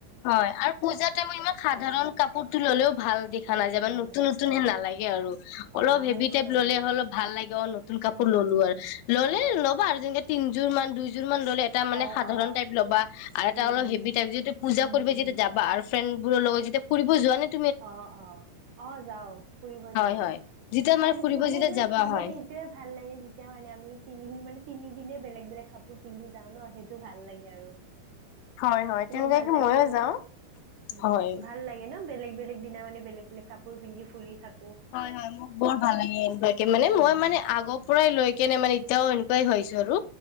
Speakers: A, on the left (about 85°); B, on the right (about 80°).
A: হয় আৰু পুজা টাইমত ইমান সাধাৰণ
B: উম
A: কাপোৰটো ল'লেও ভাল দেখা
B: উম
A: নাযায়।
B: উম
A: নতুন নতুন
B: হয়
A: হেন নালাগে আৰু
B: অ
A: অলপ হেভি
B: নতুন
A: টাইপ
B: নালাগে
A: ল'লে অলপ ভাল লাগে অ ন তুন কাপোৰ
B: উম
A: ল'লো
B: উম
A: আৰু ল'লে
B: হয়
A: ল'বা আৰু যেনেকে তিনযোৰ মান দুই যোৰ মান ল'লে এটা মানে
B: অ
A: সাধাৰণ
B: অ
A: টাইপ ল'বা আৰু এটা
B: উম
A: অলপ
B: উম
A: হেভি টাইপ, যিহেতু পূজা
B: উম
A: কৰিব
B: উম
A: যিহেতু যাবা আৰু ফ্ৰেণ্ড। বোৰৰ লগত যেতিয়া ফুৰিব যোৱা নে?
B: অহ অহ অ যাওঁ ফুৰিব
A: হয়
B: যাওঁ
A: হয়
B: মই।
A: যেতিয়া মানে
B: আৰু
A: ফুৰিব
B: তুমি মোক
A: যেতিয়া
B: মানে
A: যাবা
B: পূজাত
A: হয়
B: সেইটোৱে ভাল লাগে যেতিয়া মানে আমি পিন্ধিম মানে। তিনিদিনে বেলেগ -বেলেগ কাপোৰ পিন্ধি যাওঁ ন' সেইটো ভাল লাগে আৰু।
A: হয় হয়
B: তোমাক
A: তেনেকুৱাকে
B: ভাল লাগে
A: ময়ো
B: নে এনেকুৱা
A: যাওঁ
B: উম,
A: হয়
B: ভাল লাগে ন'বেলেগ বেলেগ দিনা মানে বেলেগ, বেলেগ কাপোৰ পিন্ধি ফুৰি থাক
A: হয়, হয় মোক বৰ ভাল লাগে এনেকুৱাকে মানে
B: উম
A: মই মানে আগৰ পৰাই লৈ কেনে মানে এতিয়াও এনেকুৱাই হৈছো আৰু